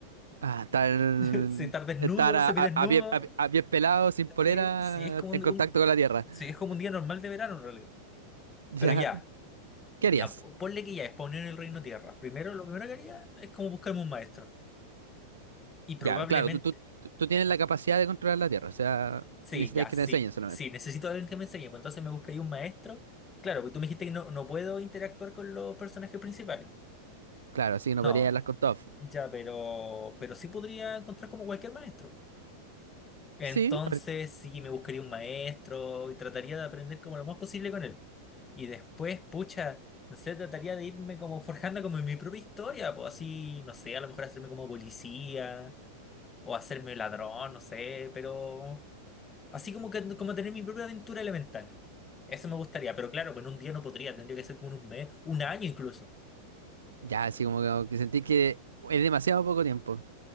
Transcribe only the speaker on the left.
<laughs> Sí, estar desnudo,
semidesnudo,
eh, sí, es como un,
un-
sí, es como un día normal de verano en realidad.
Pero ya.
Ya, po- ponle que ya es poner el reino tierra. Primero, lo primero que haría es como buscarme un maestro. Y
probablemente,
sí,
ya,
sí,
sí, necesito a alguien que me enseñe. Pues entonces me buscaría un maestro. Claro, porque tú me dijiste que no, no puedo interactuar con los personajes principales.
No,
ya, pero, pero sí podría encontrar como cualquier maestro. Entonces,
sí, me buscaría un maestro y trataría de aprender como lo más posible con él. Y después, pucha, no sé, trataría de irme como forjando como en mi propia historia, pues así, no sé, a lo mejor hacerme como policía o hacerme ladrón, no sé, pero así como que como tener mi propia aventura elemental. Eso me gustaría, pero claro, pues en un día no podría, tendría que ser como en un mes, un año incluso.